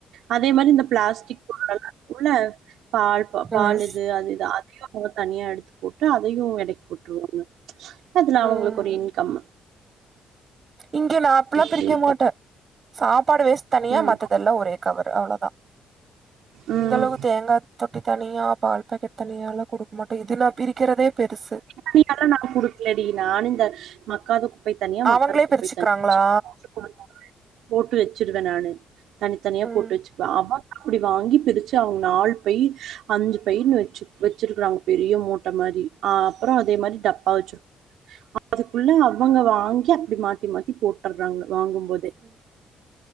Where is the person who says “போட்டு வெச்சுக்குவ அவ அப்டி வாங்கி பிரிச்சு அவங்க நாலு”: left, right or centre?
Right